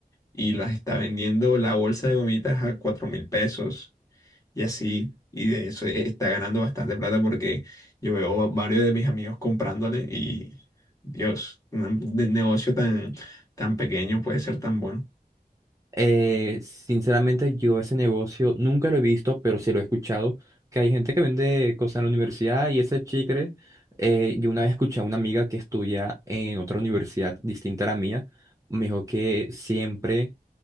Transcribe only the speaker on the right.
Eh, sinceramente, yo ese negocio nunca lo he visto, pero sí lo he escuchado, que hay gente que vende cosas en la universidad y ese chicle, eh, yo una vez escuché a una amiga que estudia en otra universidad distinta a la mía, me dijo que siempre